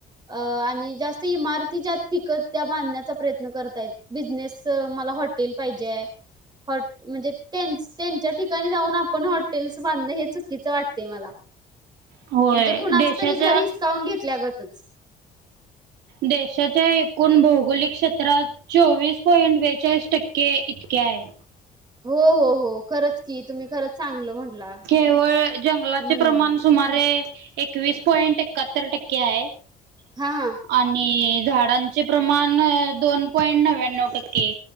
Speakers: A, on the right; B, on the right.
A: अ आणि जास्त इमारती ज्यात फिकत त्या बांधण्याचा प्रयत्न करतायत बिझनेस मला हॉटेल पाहिजेय. म्हणजे तेचं त्यांच्या ठिकाणी जाऊन आपण हॉटेल्स बांधन हेच- चुकीच वाटतंय मला
B: होय
A: म्हणजे कुणाच
B: देशाच्या
A: तरी घर हिसकावून घेतल्यागतच.
B: देशाच्या एकूण भौगोलिक क्षेत्रात. चोवीस पॉइंट बेचाळीस टक्के इतके आहे.
A: हो हो हो खरंच की तुम्ही खरंच चांगलं म्हंटला
B: केवळ जंगलाचे
A: हम्म.
B: प्रमाण सुमारे एकवीस पॉइंट एकाहत्तर टक्के आहे.
A: हा आ
B: आणि झाडांचे प्रमाण दोन पॉईंट नव्याण्णव टक्के.